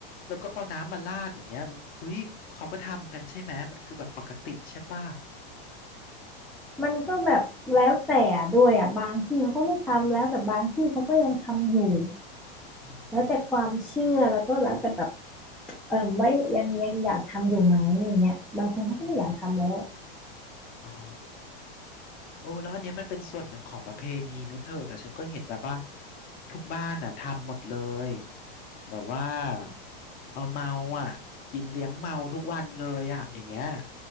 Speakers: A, on the left (about 30°); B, in the centre.
A: แล้วก็เอาน้ำมาราดอย่างเงี้ยเฮ้ยเขาก็ทำกันใช่ไหมมันคือแบบปกติใช่ป่ะ
B: มันก็แบบแล้วแต่ด้วยอ่ะบางที่เขาก็ไม่ทำแล้วแต่บางที่เขาก็ยังทำอยู่
A: อืมอืม
B: แล้วแต่ความเชื่อแล้วก็แล้วแต่แบบเออว่ายังยังอยากทำอยู่ไหมอย่างเงี้ยบางคนเขาก็ไม่อยากทำแล้ว
A: อืมอ๋อ โอ้แล้วอันเนี้ยมันเป็นส่วนหนึ่งของประเพณีไหมเธอแต่ฉันก็เห็นแบบว่าทุกบ้านอ่ะทำหมดเลยแบบว่าเอาเมาอ่ะกินเลี้ยงเมาทุกวันเลยอ่ะอย่างเงี้ย